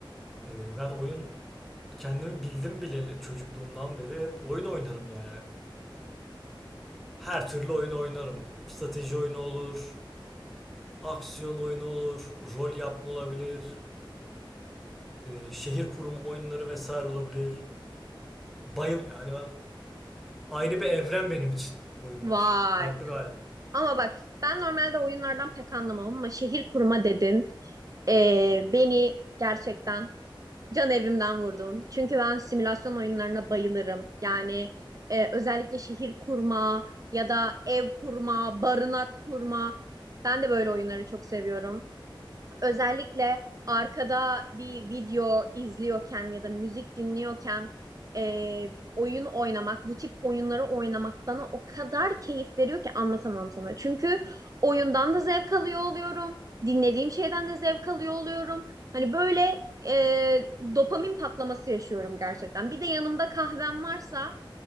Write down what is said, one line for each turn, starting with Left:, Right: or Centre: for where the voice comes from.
Centre: Ee, ben oyun kendimi bildim bileli çocukluğumdan beri hep oyun oynarım yani. Her türlü oyun oynarım. Strateji oyunu olur, aksiyon oyunu olur, rol yapma olabilir, e, şehir kurma oyunları vesaire olabilir. Bayıl yani ben ayrı bir evren benim için oyunlar.
Right: Vay.
Centre: Farklı bir hayat.
Right: Ama bak ben normalde oyunlardan pek anlamam ama şehir kurma dedin. Ee, beni gerçekten Can evimden vurdun. Çünkü ben simülasyon oyunlarına bayılırım. Yani e, özellikle şehir kurma ya da ev kurma, barınak kurma. Ben de böyle oyunları çok seviyorum. Özellikle arkada bir video izliyorken ya da müzik dinliyorken e, oyun oynamak, bu tip oyunları oynamak bana o kadar keyif veriyor ki anlatamam sana. Çünkü oyundan da zevk alıyor oluyorum, dinlediğim şeyden de zevk alıyor oluyorum. Hani böyle e, dopamin patlaması yaşıyorum gerçekten. Bir de yanımda kahvem varsa